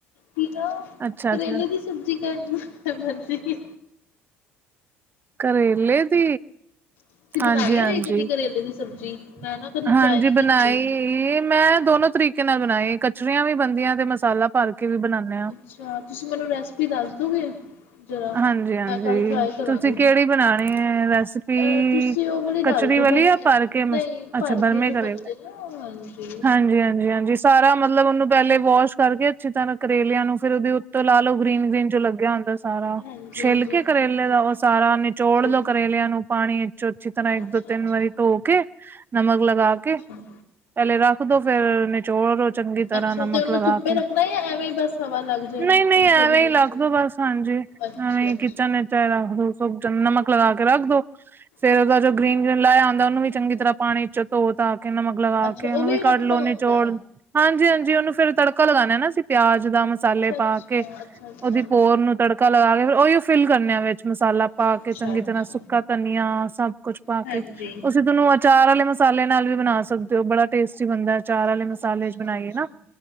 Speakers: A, on the left; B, on the right.
A: ਕੀ ਨਾ
B: ਅੱਛਾ
A: ਕਰੇਲੇ
B: ਅੱਛਾ
A: ਦੀ ਸਬਜ਼ੀ ਕਹਿਣ ਮਰਜ਼ੀ,
B: ਕਰੇਲੇ ਦੀ
A: ਤੁਸੀਂ ਬਣਾਈ
B: ਹਾਂਜੀ-ਹਾਂਜੀ-ਹਾਂਜੀ
A: ਹੋਈ ਕਦੀ ਕਰੇਲੇ ਦੀ ਸਬਜ਼ੀ? ਮੈਂ ਨਾ ਕਦੀ ਟਰਾਈ ਨਹੀਂ
B: ਬਣਾਈ
A: ਕੀਤੀ।
B: ਮੈਂ ਦੋਨੋ ਤਰੀਕੇ, ਕੇ ਨਾਲ ਬਣਾਈਏ ਕਚਰੀਆਂ ਵੀ ਬਣਦੀਆਂ ਤੇ ਮਸਾਲਾ ਭਰ ਕੇ ਵੀ ਬਣਾਦੇ ਹਾਂ
A: ਅੱਛਾ, ਤੁਸੀਂ ਮੈਨੂੰ ਰੈਸਪੀ ਦੱਸ ਦੋਗੇ ਜਰਾ?
B: ਹਾਂਜੀ-ਹਾਂਜੀ
A: ਮੈਂ ਕੱਲ ਟਰਾਈ ਕਰਾਂਗੀ।
B: ਤੁਸੀਂ ਕਿਹੜੀ ਬਣਾਣੀ ਐ ਰੈਸਪੀ?
A: ਅ ਤੁਸੀਂ ਉਹ ਵਾਲੀ ਦੱਸ
B: ਚੀ
A: ਦੋ
B: ਵਾਲੀ
A: ਪਰ
B: ਆ ਭਰ ਕੇ
A: ਨਹੀਂ
B: ਮ
A: ਭਰ
B: ਅੱਛਾ ਬਰਮੇ
A: ਕੇ ਜੋ
B: ਕਰੇਗਾ
A: ਬੰਦੇ ਨਾ ਹਾਂਜੀ
B: ਹਾਂਜੀ-ਹਾਂਜੀ-ਹਾਂਜੀ ਸਾਰਾ, ਮਤਲਬ ਉਹਨੂੰ ਪਹਿਲੇ ਵਾਸ਼ ਕਰਕੇ ਅੱਛੀ ਤਰ੍ਹਾਂ ਕਰੇਲਿਆਂ ਨੂੰ ਫ਼ਿਰ ਉਹਦੇ ਉਤੇ ਲਾ ਲਓ ਗ੍ਰੀਨ-ਗ੍ਰੀਨ ਜੋ ਲੱਗਿਆ ਹੁੰਦਾ।
A: ਹਾਂਜੀ
B: ਛਿੱਲਕੇ
A: ਹਾਂਜੀ
B: ਕਰੇਲੇ ਦਾ ਉਹ ਸਾਰਾ
A: ਹਾਂਜੀ
B: ਨਿਚੋੜ ਦੋ ਕਰੇਲਿਆਂ ਨੂੰ ਪਾਣੀ ਵਿੱਚੋਂ ਅੱਛੀ ਤਰ੍ਹਾਂ ਇੱਕ
A: ਅੱਛਾ
B: ਦੋ ਤਿੰਨ
A: ਅੱਛਾ
B: ਵਾਰੀ ਧੋ ਕੇ ਨਮਕ ਲਗਾ ਕੇ
A: ਅੱਛਾ
B: ਪਹਿਲੇ ਰੱਖ ਦੋ ਫੇਰ ਚੋਲ ਚੰਗੀ ਤਰ੍ਹਾਂ
A: ਅੱਛਾ
B: ਨਮਕ
A: ਤੇ ਉਹਨੂੰ
B: ਲਗਾ
A: ਧੁੱਪੇ
B: ਕੇ
A: ਰੱਖਣਾ ਜਾਂ ਐਵੇਂ ਹੀ ਬਸ ਹਵਾ ਲੱਗ ਜਾਏ
B: ਨਹੀਂ ਨਹੀਂ
A: ਪੰਖੇ
B: ਐਵੇਂ
A: ਦੇ
B: ਹੀ
A: ਵਿੱਚ
B: ਲੱਗਦ ਬਸ ਹਾਂਜੀ
A: ਅੱਛਾ
B: ਨਵੇਂ
A: ਅੱਛਾ
B: ਕਿਚਨ ਵਿੱਚ ਰੱਖ ਦੋ ਸੁ ਨਮਕ ਲਗਾ ਕੇ ਰੱਖ ਦੋ ਫੇਰ
A: ਅੱਛਾ
B: ਉਹਦਾ ਜੋ ਗ੍ਰੀਨ'ਗ੍ਰੀਨ ਲਾਇਆ ਆਦਾ ਉਹਨੂੰ ਵੀ ਚੰਗੀ ਤਰ੍ਹਾਂ ਪਾਣੀ ਚ ਧੋ ਤਾ ਨਮਕ ਲਗਾ
A: ਅੱਛਾ
B: ਕੇ
A: ਉਹ
B: ਉਹਨੂੰ ਵੀ
A: ਰੱਖਣਾ
B: ਕੱਢ ਲਓ ਨਿਚੋਡਲੋ
A: ਹੁੰਦਾ
B: ਹਾਂਜੀ-ਹਾਂਜੀ ਉਹਨੂੰ ਫਿਰ ਤੜਕਾ ਲਗਾਉਣਾ ਨਾ ਸੀ ਪਿਆਜ ਦਾ ਮਸਾਲੇ
A: ਅੱਛਾ ਅੱਛਾ
B: ਪਾ ਕੇ
A: ਅੱਛਾ ਅੱਛਾ
B: ਉਹਦੀ ਪੋਰ ਨੂੰ ਤੜਕਾ ਲਗਾ ਕੇ ਉਹੀ ਉਹ ਫਿਲ ਕਰਨ ਆ ਵਿੱਚ ਮਸਾਲਾ ਪਾ
A: ਅੱਛਾ
B: ਕੇ ਚੰਗੀ
A: ਅੱਛਾ
B: ਤਰ੍ਹਾਂ ਸੁੱਕਾ ਧਨੀਆ ਸਭ ਕੁੱਛ ਪਾ
A: ਹਾਂਜੀ
B: ਕੇ ਅਸੀਂ ਤੁਨੂੰ ਅਚਾਰ ਵਾਲੇ ਮਸਾਲੇ ਨਾਲ ਵੀ ਬਣਾ ਸਕਦੇ ਹੋ ਬੜਾ ਟੇਸਟੀ ਬਣਦਾ ਚਾਰ ਵਾਲੇ
A: ਅੱਛਾ
B: ਮਸਾਲੇ ਚ ਬਣਾਈਏ
A: ਅੱਛਾ
B: ਨਾ